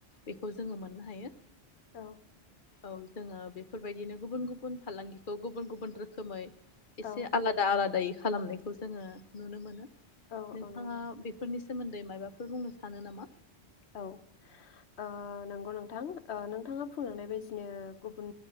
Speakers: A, on the left; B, on the left.
A: बेखौ जोङो मोननो हायो
B: औ
A: औ जोंङो बेफोरबायदिनो गुबुन गुबुन फालांगिखौ गुबुन गुबुन रोखोमै
B: औ
A: एसे आलादा आलादायै खालामनायखौ जोङो नुनो मोनो
B: औ
A: नोंथांङा
B: नंगौ नंगौ।
A: बेफोरनि सो दै माबाफोर बुंनो सानो नामा?
B: औ ओ नोंगौ नोंथां ओ नोंथाङा बुंलांनाय बायदिनो गुबुन